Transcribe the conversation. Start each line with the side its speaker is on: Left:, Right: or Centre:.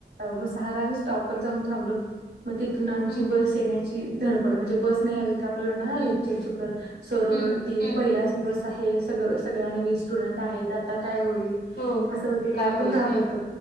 Right: म सहाला आम्ही स्टॉपवर जाऊन थांबलो. मग तिथून आमची
Left: हम्म
Right: बस येण्याची धडपड म्हणजे बस नाही आली तर आपल्याला ना हा
Left: हम्म
Right: लेक्चर चुकल. सर ओरडतील
Left: हम्म हम्म
Right: पहिलाच दिवस आहे सगळ सगळ्या नवीन स्टुडंट आहेत आता काय होईल.
Left: हो
Right: असं वगरे
Left: काय
Right: आपण
Left: होईल
Right: घाबरतो